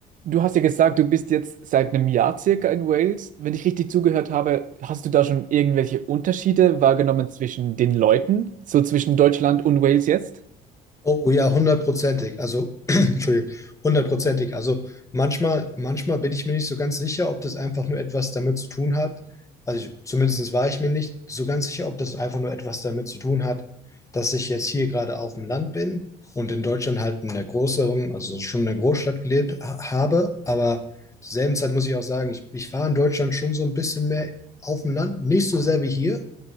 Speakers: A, on the right; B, on the left.
A: Du hast ja gesagt, du bist jetzt seit einem Jahr circa in Wales. Wenn ich richtig zugehört habe, hast du da schon irgendwelche Unterschiede wahrgenommen zwischen den Leuten, so zwischen Deutschland und Wales jetzt?
B: Oh ja, hundertprozentig. Also, <clears throat> Entschuldigung, hundertprozentig. Also manchmal, manchmal bin ich mir nicht so ganz sicher, ob das einfach nur etwas damit zu tun hat. Also ich, zumindest war ich mir nicht so ganz sicher, ob das einfach nur etwas damit zu tun hat, dass ich jetzt hier gerade auf dem Land bin und in Deutschland halt in einer größeren, also schon in einer Großstadt gelebt ha habe. Aber zur selben Zeit muss ich auch sagen, ich, ich war in Deutschland schon so ein bisschen mehr auf dem Land, nicht so sehr wie hier.